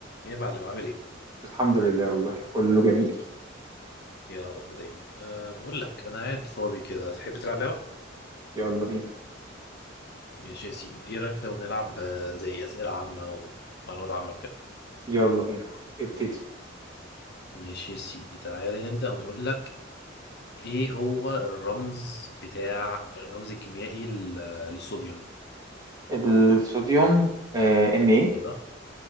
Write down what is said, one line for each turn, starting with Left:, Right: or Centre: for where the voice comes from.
Left: ايه يا معلم عامل ايه؟
Right: الحمد لله والله كله جميل
Left: يا رب دايما أه بقول لك انا قاعد فاضي كده هتحب تلعب لعبه؟
Right: يلا بينا
Left: ماشي يا سيدي ايه رايك لو نلعب آه، زي اسئله عامه ومعلومات عامه وكده؟
Right: يلا بينا ابتدي
Left: ماشي يا سيدي تعالى نبدا ونقول لك ايه هو الرمز بتاع الرمز الكيميائي لل- للصوديوم؟
Right: <clears throat> الصوديوم آه ان ايه
Left: ايوه